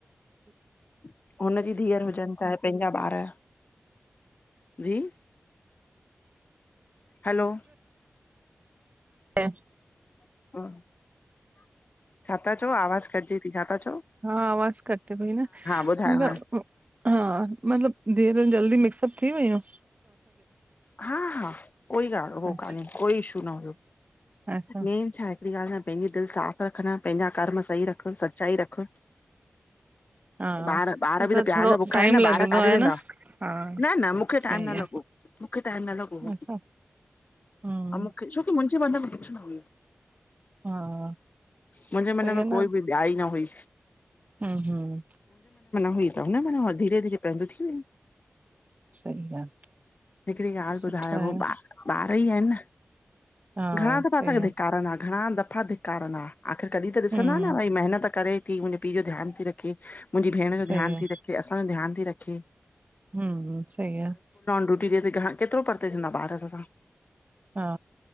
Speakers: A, on the left (about 35°); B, on the right (about 30°).
A: - हुनजी धीअर हुजनि चाहे पंहिंजा ॿार- जी हैलो
B: <unintelligible>
A: <unintelligible> छा था चओ आवाज़ कटजे थी छाता -
B: हा आवाज़ कट भई न
A: ॿुधायो
B: <unintelligible>
A: हाणे
B: हा मतलब धियर जल्दी मिक्सअप थी वियूं?
A: हा हा कोई <unintelligible> हो
B: अच्छा
A: कानहे कोई इशू न हुयो।
B: अच्छा
A: मेन छाा- हिकड़ी ॻाल्हि सां पंहिंजी दिलि साफ़ु रखणु, पंहिंजा कर्म सही रख, सच्चाई रख।
B: हा
A: ॿार ॿार
B: न
A: बि त प्यार
B: थोरो
A: जा बुखा
B: टाइम
A: आहिनि न
B: लॻंदो
A: ॿार काॾे
B: आहे
A: वेंदा
B: न हा
A: न न मूंखे
B: सही
A: टाइम न लॻो।
B: आ
A: मूंखे टाइम न लॻो हो
B: अच्छा हम्म
A: ऐं मूंखे छोकी मुंहिंजे मन में कुझु न हुयो।
B: हा
A: मुंहिंजे मन
B: सही
A: में
B: आ न
A: कोई बियाहि न हुई।
B: <unintelligible>
A: <unintelligible> माना धीरे धीरे पहिंजी थी वियो।
B: सही आ।
A: हिकिड़ी ॻाल्हि
B: सुठो
A: ॿुधायो
B: आहे
A: ॿार <unintelligible> ई आहिनि न?
B: हाँ
A: घणा दफ़ा
B: सही
A: असांखे
B: है
A: धिकारींदा घणा दफ़ा धिकारींदा। आख़िर कॾहिं त ॾिसंदा
B: हम्म
A: न भई महिनत करे थी मुंहिंजे पीउ जो ध्यानु ती रखे- मुंहिंजी भेण
B: सही
A: जो ध्यानु
B: है
A: थी रखे, त असांजो ध्यानु थी रखे-
B: हम्म सही है
A: रोटी <unintelligible> घणा केतिरो परते थींदा ॿार अस सां-
B: हा